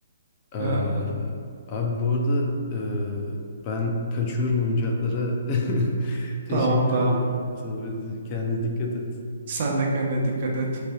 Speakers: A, on the left; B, on the right.
A: Ee,
B: E,
A: abi bu arada e, ben kaçıyorum oyuncaklara. <laughs> Teşekkür
B: tamam tamam.
A: ederim sohbetin. Kendine dikkat et.
B: Sen de kendine dikkat et.